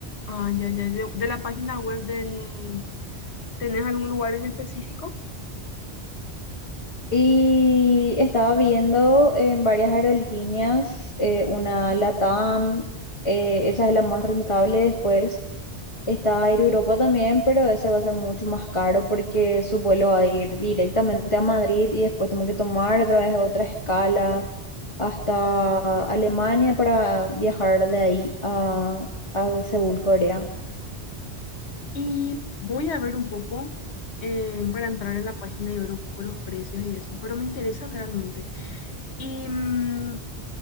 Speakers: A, on the left; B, on the left.
A: Ah, ya, ya, ya. De la página web del... ¿Tenés algún lugar en específico?
B: Y estaba viendo en varias aerolíneas, eh, una LATAM, eh, esa es la más rentable. Después está Air Europa también, pero ese va a ser mucho más caro porque su vuelo va a ir directamente a Madrid y después tengo que tomar otra vez otra escala hasta Alemania para viajar de ahí a, a Seúl, Corea.
A: Y voy a ver un poco eh, para entrar en la página y ver un poco los precios y eso, pero me interesa realmente. Y mm,